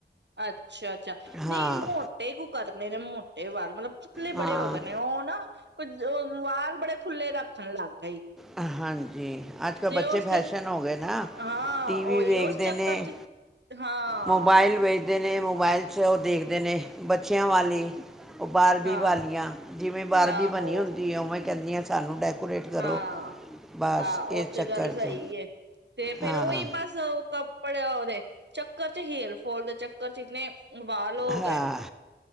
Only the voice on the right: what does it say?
ਅੱਛਾ ਅੱਛਾ ਅੱਛਾ
ਨਹੀਂ ਮੋਟੇ ਕੁ ਕਰ ਮੇਰੇ ਮੋਟੇ ਵਾਲ ਮਤਲਬ ਪੁਤਲੇ
ਬੜੇ ਹੋ ਗਏ ਨੇ ਉਹ ਨਾ ਕੁਝ ਵਾਲ ਬੜੇ ਖੁੱਲੇ ਰੱਖਣ ਲੱਗ ਗਏ
ਉਸਦੇ
ਹਾਂ
ਉਹੀ
ਉਸ ਚੱਕਰ
ਚ ਹਾਂ
ਹਾਂ
ਆਹੋ
ਹਾਂ ਆਹ
ਉਹ
ਤੇ
ਗੱਲ ਸਹੀ
ਹੈ ਤੇ ਫੇਰ
ਉਹੀ ਬਸ ਪੜਿਆ ਉਹਦੇ ਚੱਕਰ ਚ ਹੀਰ ਫੋਲ ਦੇ ਚੱਕਰ ਚ ਇਨੇ ਵਾਲ ਹੋ
ਗਏ